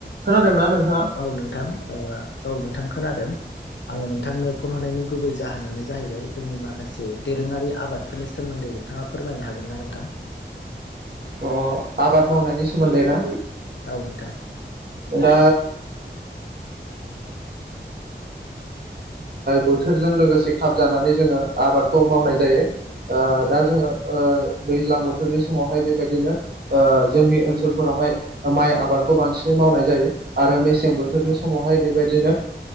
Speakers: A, on the right; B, on the left.
A: खोनादोंना नोंथाङा
B: औ नोंथां औ नोंथां खोनादों आङो नोंथांनो फन हरनायनि गुबै जाहोनानो जाहैबाय जोंनि माखासे दोरोङारि आबाद बेफोरनि सोमोन्दै नोंथाङा फोरमायनो हागोन ना नोंथां
A: अ आबाद मावनायनि सोमोन्दै ना
B: औ नोंथां
A: दा बोथोरजों लोगोसे खाब जानानै जोङो आबादखौ मावनाय जायो
B: औ
A: दा जोङो दैज्लां बोथोरनि समावहाय बेबायदिनो जोंनि ओनसोलफोरावहाय माइ आबादखौ बांसिनै मावनाय जायो आरो मेसें बोथोर बोथोरनि
B: औ
A: समावहाय बेबायदिनो